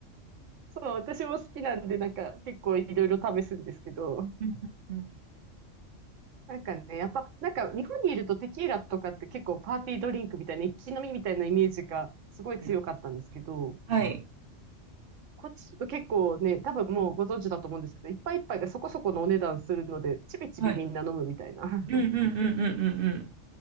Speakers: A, on the right; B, on the right.
A: そう、私も好きなんで、なんか結構いろいろ試すんですけど、
B: うんうんうん
A: なんかね、やっぱ、なんか日本にいるとテキーラとかって結構パーティードリンクみたいな、一気飲みみたいなイメージがすごい強かったんですけど、
B: <laughs> はい。
A: こっちだと結構ね、多分もうご存知だと思うんですけど、いっぱいいっぱいがそこそこのお値段するので、ちびちびみんな飲むみたいな。
B: はい。
A: <laughs>
B: うんうんうんうんうん